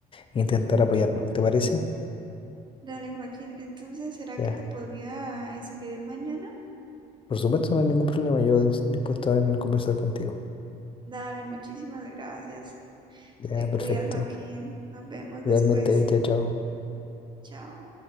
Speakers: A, on the left; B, on the right.
A: y intentar apoyarnos. ¿Te parece?
B: Dale, Joaquín. Entonces, ¿será
A: Ya,
B: que te podría escribir mañana?
A: por supuesto, no hay ningún problema. Yo dispuesto a conversar contigo.
B: Dale, muchísimas gracias.
A: Ya,
B: Te
A: perfecto.
B: cuidas, Joaquín. Nos vemos después.
A: Igualmente, chao, chao.
B: Chao.